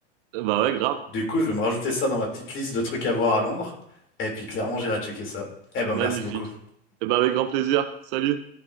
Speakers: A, on the right; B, on the left.
A: Eh ben ouais, grave.
B: Du coup, je vais me rajouter ça dans ma petite liste de trucs à voir à Londres. Et puis clairement,
A: <laughs>
B: j'irai checker ça. Eh ben,
A: Magnifique.
B: merci beaucoup.
A: Eh ben avec grand plaisir. Salut.